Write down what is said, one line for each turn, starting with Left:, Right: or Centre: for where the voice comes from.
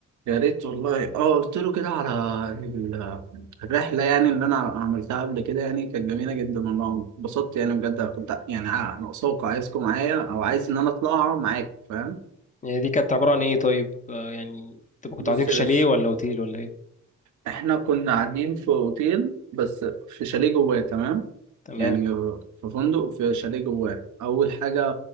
Right: يا ريت والله اه قلت له كده على ال- الرحلة يعني اللي أنا عملتها قبل كده يعني كانت جميلة جدا والله اتبسطت يعني بجد كنت يعني ع- ناقصاكوا عايزكوا معايا أو عايز إن أنا أطلعها معاك فاهم
Left: يعني دي كانت عباره عن ايه طيب آه، يعني تبقى كنتوا
Right: بص
Left: قاعدين في
Right: يا
Left: شاليه
Right: باشا
Left: ولا اوتيل ولا ايه
Right: إحنا كنا قاعدين في أوتيل بس في شاليه جواه تمام
Left: تمام
Right: يعني في فندق في شاليه جواه أول حاجة